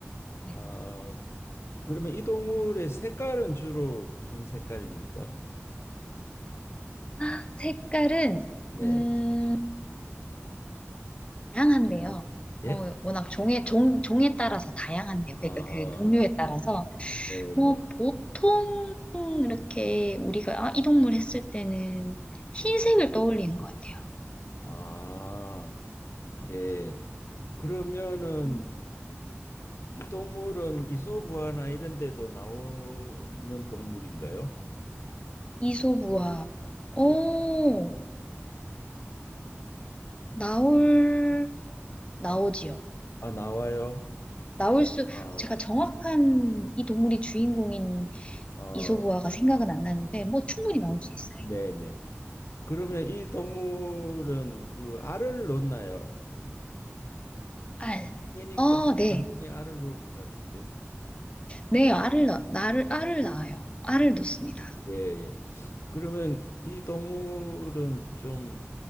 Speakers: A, on the left; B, on the left.
A: 네.
B: 아, 그러면 이 동물의 색깔은 주로 무슨 색깔입니까?
A: 아, 색깔은,
B: 네.
A: 음, 다양한데요.
B: 예?
A: 뭐 워낙 종에 종 종에 따라서 다양한데요.
B: 아,
A: 그러니까 그 종류에 따라서
B: 네네.
A: 뭐 보통 이렇게 우리가 아, 이 동물 했을 때는
B: 네.
A: 흰색을 떠올리는 것 같아요.
B: 아, 네. 그러면은
A: 음.
B: 이 동물은 이솝우화나 이런 데도 나오는 동물인가요?
A: 이소부화. 오,
B: 예.
A: 나올 나오지요.
B: 어, 아, 나와요?
A: 나올 수
B: 아,
A: 제가 정확한 이 동물이 주인공인
B: 어,
A: 이소부화가 생각은 안 나는데 뭐 충분히 나올 수 있어요.
B: 네네. 그러면 이 동물은 그 알을 놓나요?
A: 알.
B: 새니까
A: 어, 네.
B: 당연히 알을 놓을 것 같은데.
A: 네, 알을 낳, 나를 알을 낳아요. 알을 놓습니다.
B: 예, 예. 그러면 이 동물은 좀